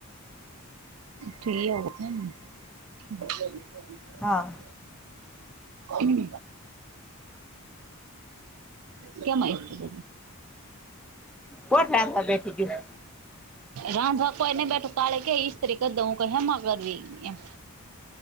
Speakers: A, on the right; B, in the centre.
A: ઠી <inaudible> ખ <inaudible>
B: હા
A: હમ <inaudible> કેમઈ ત <inaudible>
B: કોટતા બેઠી ગયું?
A: રાંધ કોવાઈ ન બેઠું કાળે કેઈ તરીકે દઉં ક હેમા કરવી એમ?